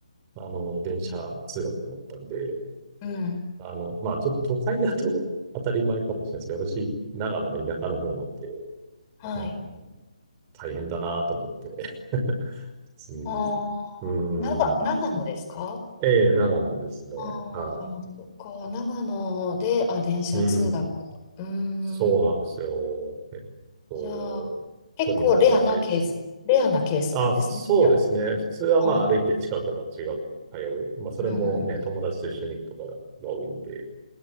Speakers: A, on the right; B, on the left.
A: あの、電車通学になったんで、
B: うん、
A: あの、まあ、ちょっと都会だと <laughs> 当たり前かもしれないですけど、私、長野の田舎の方なんで、
B: はい。
A: なんかもう、大変だなと思って。普通に。
B: ああ、
A: う
B: 長、長野ですか
A: ん。ええ、長野ですね。
B: あ
A: は
B: あ、そっか、長野で、あ、電車通学。
A: い。うん。
B: うーん。
A: そうなんですよ。えっと、
B: じゃあ、結構レアなケース、
A: 距離も長いし。
B: レアなケースなんですね。
A: あ、そうですね。
B: じゃ
A: 普通はまあ歩いて近くの中学校通う。
B: あ、うん、
A: まあそれもね、
B: うん、
A: 友達と一緒に行くとかが多いんで、